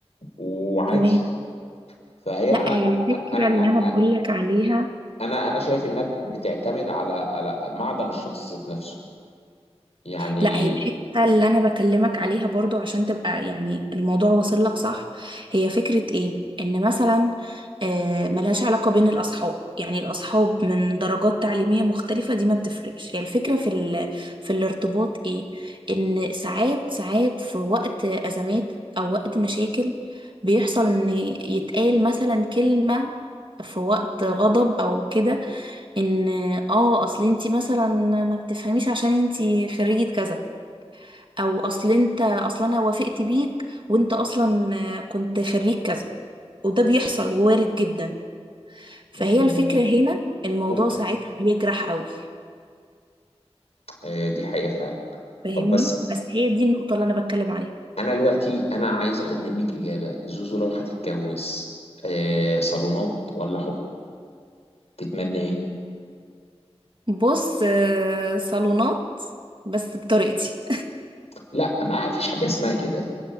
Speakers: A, on the left; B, on the right.
A: وعادي
B: تمام
A: فهي
B: لا
A: انا
B: هي الفكرة
A: انا
B: اللي انا بقولك عليها
A: انا انا شايف انها بتعتمد على على معدن الشخص ذات نفسه يعني
B: لا هي الحتة اللي أنا بكلمك عليها برضو عشان تبقى يعني الموضوع واصل لك صح هي فكرة إيه؟ إن مثلا آه، ملهاش علاقة بين الأصحاب يعني الأصحاب من درجات تعليمية مختلفة دي ما بتفرقش هي الفكرة في ال... في الارتباط إيه؟ إن ساعات ساعات في وقت أزمات أو وقت مشاكل بيحصل إن يتقال مثلا كلمة في وقت غضب او كده ان اه اصل انتي مثلا ما بتفهميش عشان انتي خريجة كذا او اصل انت اصلا انا وافقت بيك وانت اصلا آه، كنت خريج كذا وده بيحصل وارد جدا فهي
A: مم،
B: الفكرة هنا الموضوع
A: ممكن
B: ساعتها بيجرح قوي
A: آه، دي حقيقة فعلا
B: فاهمني
A: طب بس
B: بس هي دي النقطة اللي انا بتكلم عليها
A: أنا دلوقتي أنا عايز آخد منك إجابة زوزو لو هتتجوز آه، صالونات ولا حب تتمنى إيه؟
B: بص آه، صالونات بس بطريقتي
A: لا ما فيش حاجة اسمها كده